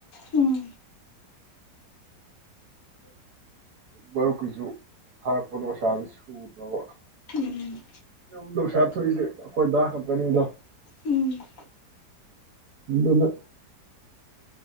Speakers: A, on the left; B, on the right.
A: ꯎꯝ
B: ꯃꯔꯨꯞꯀꯤꯁꯨ ꯐꯥꯔꯛꯄꯗ ꯄꯩꯁꯥꯥꯁ ꯁꯨꯗ꯭ꯔꯕ
A: ꯎꯝ
B: ꯌꯨꯝ ꯂꯧꯁꯥ ꯊꯣꯛꯏꯁꯦ ꯑꯩꯈꯣꯏꯗꯥ ꯈꯛꯀꯅꯤꯗꯣ
A: ꯎꯝ
B: ꯑꯗꯨꯅ